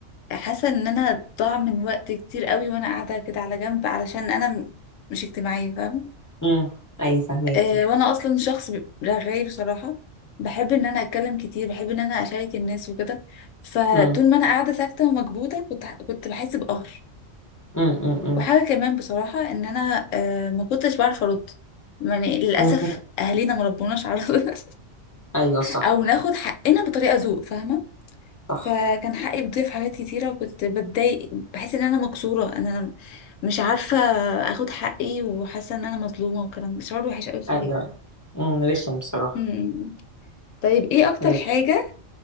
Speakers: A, on the left; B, on the left.
A: حاسه ان انا ضاع من وقت كتير قوي وانا قاعده كده على جنب علشان انا م- مش اجتماعيه فاهمه
B: امم ايوه فاهماكي
A: آه، وانا اصلا شخص ب- رغاي بصراحه بحب ان انا اتكلم كتير بحب ان انا اشارك الناس وكده فطول
B: امم
A: ما انا قاعده ساكته ومكبوته كنت ح- كنت بحس بقهر
B: امم امم
A: وحاجه كمان بصراحه ان انا آه، ما كنتش بعرف ارد يعني للاسف
B: امم
A: اهالينا ما ربوناش على <laughs>
B: ايوه صح
A: او ناخد حقنا بطريقه ذوق فاهمه
B: صح
A: فكان حقي بيضيع في حاجات كتيره وكنت بتضايق بحس ان انا مكسوره انا مش عارفه اخد حقي وحاسه ان انا مظلومه وكلام شعور وحش قوي بصراحه
B: ايوه امم رخم بصراحه
A: م- م. طيب ايه اكتر
B: طيب
A: حاجه